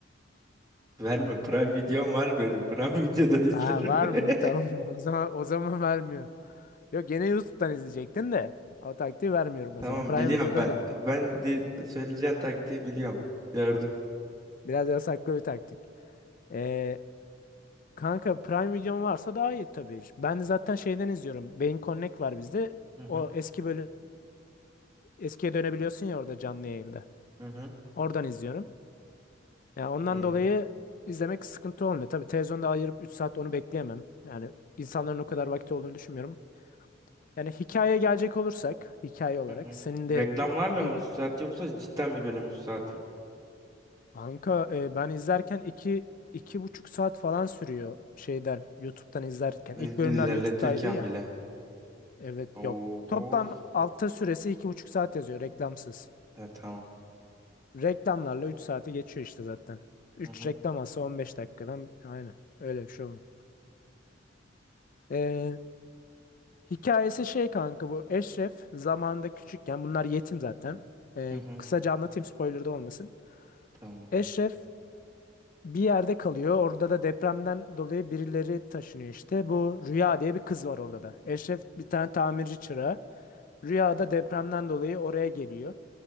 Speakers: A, on the right; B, on the left.
A: Verme Prime Videom var benim. Prime Video'dan izlerim.
B: Ha var mı? <laughs> Tamam
A: <laughs>
B: mı? O zaman o zaman vermiyorum. Yok gene YouTube'dan izleyecektin de o taktiği vermiyorum
A: Tamam
B: o zaman. Prime
A: biliyorum
B: Video'dan
A: ben.
B: izle.
A: Ben de söyleyeceğin taktiği biliyorum. Gördüm.
B: Biraz yasaklı bir taktik. Ee, kanka Prime Video'm varsa daha iyi tabii. Ben de zaten şeyden izliyorum. Beyin Connect var bizde.
A: Hı hı.
B: O eski bölüm eskiye dönebiliyorsun ya orada canlı yayında.
A: Hı hı.
B: Oradan izliyorum. Yani ondan
A: İyi.
B: dolayı izlemek sıkıntı olmuyor. Tabii televizyonda ayırıp 3 saat onu bekleyemem. Yani insanların o kadar vakti olduğunu düşünmüyorum. Yani hikayeye gelecek olursak, hikaye olarak
A: Hı hı.
B: senin de
A: Reklamlarla mı
B: e,
A: üstad yoksa cidden bir bölüm üstad mı?
B: kanka e, ben izlerken iki iki buçuk saat falan sürüyor şeyden YouTube'dan izlerken.
A: İlerletirken
B: İlk bölümler YouTube'daydı ya.
A: bile.
B: Evet
A: Oho.
B: yok. Toplam altta süresi iki buçuk saat yazıyor reklamsız.
A: Ya, tamam.
B: Reklamlarla üç saate geçiyor işte zaten. Üç
A: Hı hı.
B: reklam alsa 15 dakikadan aynen öyle bir şey oluyor. E, hikayesi şey kanka bu Eşref zamanında küçükken bunlar yetim zaten. E,
A: Hı hı.
B: kısaca anlatayım spoiler da olmasın.
A: Tamam.
B: Eşref bir yerde kalıyor. Orada da depremden dolayı birileri taşınıyor işte. Bu Rüya diye bir kız var orada da. Eşref bir tane tamirci çırağı. Rüya da depremden dolayı oraya geliyor.